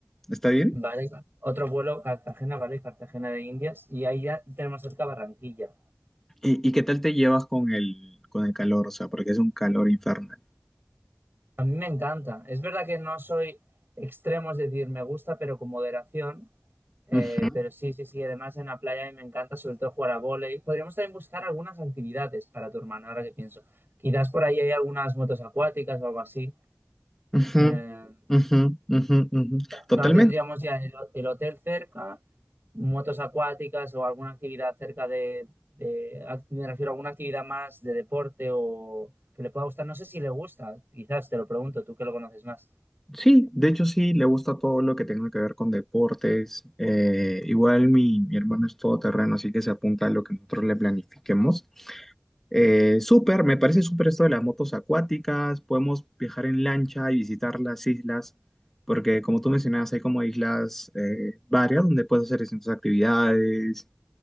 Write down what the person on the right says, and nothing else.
Vale, otro vuelo, Cartagena, vale, Cartagena de Indias. Y ahí ya tenemos cerca Barranquilla.
A mí me encanta. Es verdad que no soy extremo, es decir, me gusta, pero con moderación. Eh,
pero sí, sí, sí, además en la playa a mí me encanta sobre todo jugar a vóley. Podríamos también buscar algunas actividades para tu hermano, ahora que pienso. Quizás por ahí hay algunas motos acuáticas o algo así.
Eh,
claro, tendríamos ya el, ho- el hotel cerca, motos acuáticas o alguna actividad cerca de, de- ac- me refiero a alguna actividad más de deporte o que le pueda gustar. No sé si le gusta, quizás te lo pregunto, tú que lo conoces más.